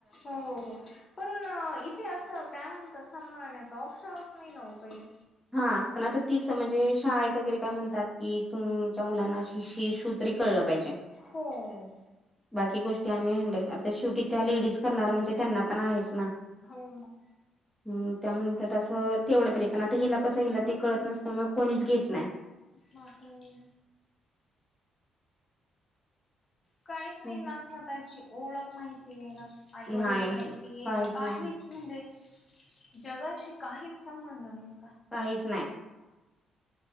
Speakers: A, on the left; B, in the centre.
A: हो हो. पण इथे असं काय म्हणतात संभाळण्याचं ऑप्शनच नाही ओ कधी.
B: हा. पण आता तीच म्हणजे शाळेत वगैरे काय म्हणतात कि तुमच्या मुलांना शिशी शू तरी कळलं पाहिजे.
A: हो.
B: बाकी गोष्टी आम्ही हँडल करतो शेवटी त्या लेडीज करणार म्हणजे त्यांना पण आहेच ना.
A: हाऊ मग.
B: हम त्या म्हणत्यात असं तेवढं तरी पण हिला कसं हिला ते कळत नसल्यामुळे कोणीच घेत नाही.
A: माकूम. काहीच नाही
B: हम्म.
A: ना स्वतःची ओळख माहिती ये ना आईवडील
B: नाही
A: माहिती ये ना काहीच
B: नाही
A: म्हणजेच जगाशी काहीच संबंध नाही.
B: काहीच नाही.